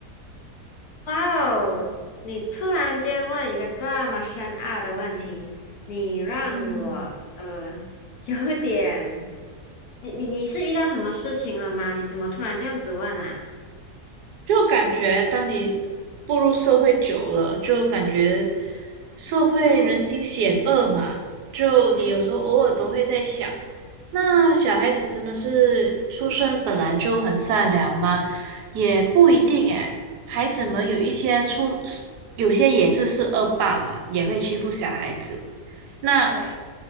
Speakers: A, on the left (about 70°); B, on the right (about 80°).
A: 哇哦，你突然间问一个这么深奥的问题，你让我呃有点，
B: 嗯。
A: 你你你是遇到什么事情了吗？你怎么突然这样子问啊？
B: 就感觉当你步入社会久了，就感觉社会人心险恶嘛，
A: 嗯
B: 就你有时候偶尔都会在想，
A: 嗯，
B: 那小孩子真的是出生本来就很善良吗？也不一定诶，孩子们有一些出，有些也是是恶霸嘛，也会欺负小孩子。那
A: 对。